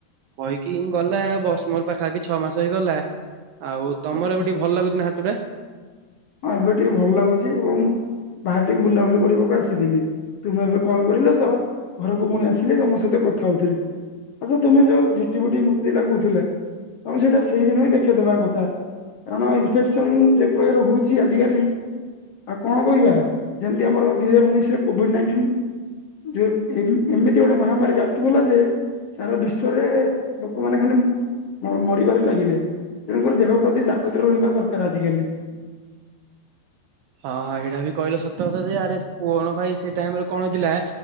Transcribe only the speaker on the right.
କହିକି ଗଲା ବସ ମୋର ପାଖାଖି ଛଅ ମାସ ହେଇଗଲା ଆଉ ତମର
ଏବେ ଟିକେ ଭଲ ଲାଗୁଚି ନା ହାତ ଟା?
ହଁଁ ଏଇଟା ବି କହିଲେ ସତ କଥା ଯେ ଆରେ କୁହନ ଭାଇ ସେ ଟାଇମ ରେ କଣ ହେଇ ଥିଲା